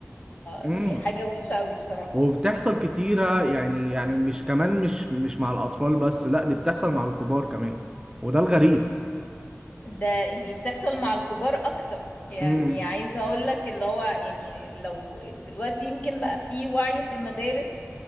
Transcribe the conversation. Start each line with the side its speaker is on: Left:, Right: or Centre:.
Right: امم
Left: دي حاجة وحشة قوي بصراحة
Right: وبتحصل كتيرة يعني يعني مش كمان مش مش مع الأطفال بس لأ دي بتحصل مع الكبار كمان وده الغريب
Left: ده دي بتحصل مع الكبار اكتر يعني
Right: امم
Left: عايزه اقول لك اللي هو يعني لو دلوقتي يمكن بقى في وعي في المدارس